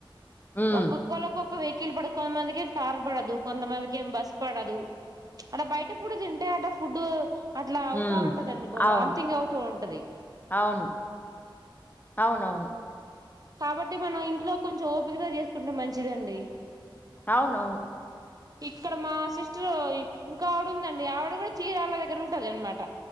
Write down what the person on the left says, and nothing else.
ఉమ్.
హ్మ్.
అవును.
అవును. అవునవును.
అవును అవును